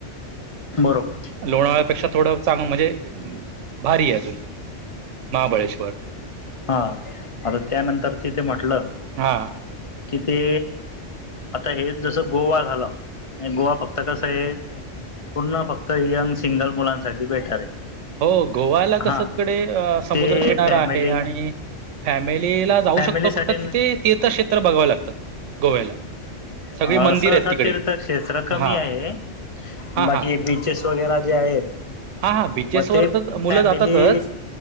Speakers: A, on the left (about 35°); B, on the right (about 80°).
A: बरोबर.
B: लोणावळ्यापेक्षा थोडं चांग म्हणजे भारी आहे अजून महाबळेश्वर
A: हा आता त्यानंतर तिथे म्हटलं
B: हां.
A: कि ते आता हेच जसं गोवा झालं आणि गोवा फक्त कसं हे. पुर्ण फक्त यंग सिंगल मुलांसाठी बेटर आहे.
B: हो गोव्याला
A: हा
B: कस तिकडे समुद्र
A: ते
B: किनारा
A: फॅमिली
B: आहे आणि फॅमिलीला जाऊ
A: फॅमिलीसाठी
B: शकतो फक्त तिथे तीर्थक्षेत्र बघावे लागतात गोव्याला. सगळी
A: सहसा
B: मंदिर आहेत
A: असं
B: तिकडे.
A: तीर्थक्षेत्र कमी
B: हां,
A: आहे
B: हां, हां.
A: बाकी बीच चेस वगैरे जे आहेत
B: हा हा बीचेसवर
A: मग ते
B: तर मुलं
A: फॅमिली
B: जातातच